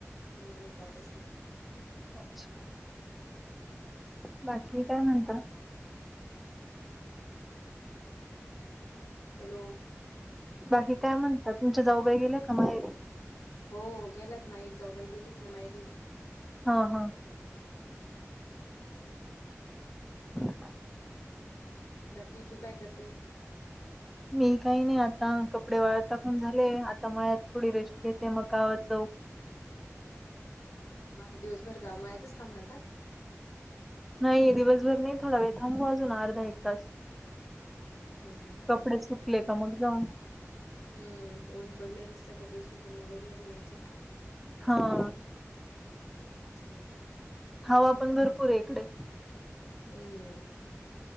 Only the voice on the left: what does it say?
हं. एक ऑगस्टला.
हॅलो,
हो. गेल्यात ना. एक जाऊ बाई गेलीत ना माहेरी.
बाकी तू काय करते?
मग आता दिवसभर का मळ्यातच थांबणार का?
हम्म
हं. ऊन पडलय मस्त कपडे सुकून मगच घरी न्यायचे.
अच्छा.
हं.